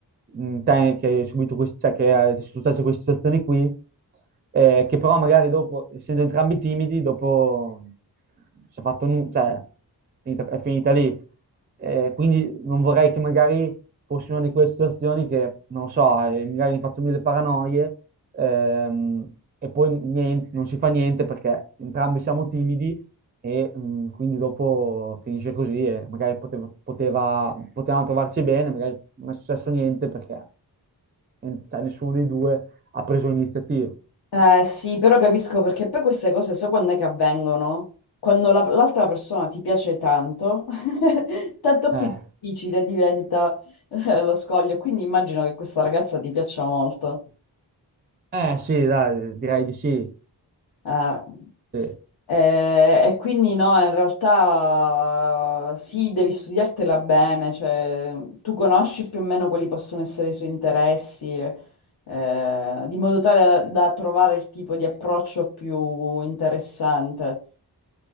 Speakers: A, on the right; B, on the left.
A: mh, te, che hai subito quest- cioè, che eh, ti sono successe queste situazioni qui, eh, che però magari dopo, essendo entrambi timidi, dopo si è fatto nu- cioè, è finita, è finita lì. Eh, quindi non vorrei che magari fosse una di quelle situazioni che, non lo so, eh, magari mi faccio mille paranoie ehm, e poi niente- non si fa niente perché entrambi siamo timidi e mh, quindi dopo finisce così e magari poteva, poteva- potevano trovarci bene, magari non è successo niente perché eh, cioè, nessuno dei due ha preso l'iniziativa.
B: Eh sì, però capisco perché poi queste cose, so quando è che avvengono? Quando la- l'altra persona ti piace tanto, <laughs> tanto
A: Eh,
B: più difficile diventa eh, lo scoglio. Quindi immagino che questa ragazza ti piaccia molto.
A: eh, sì, dai, direi di sì.
B: Eh,
A: Sì.
B: Eh, e quindi no, in realtà sì, devi studiartela bene, cioè tu conosci più o meno quali possono essere i suoi interessi, eh, di modo tale da trovare il tipo di approccio più interessante.